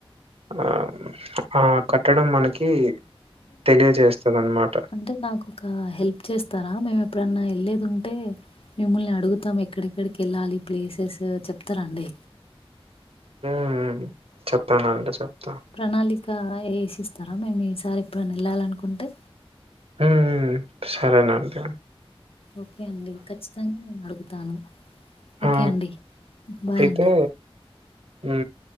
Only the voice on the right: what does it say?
అ ఆ కట్టడం మనకీ తెలియజేస్తుంది అనమాట
ఉ ఊమ్ చెప్తానండి చెప్తా
ఉ ఉ సరేనంతే
ఆ
అయితే
ఉ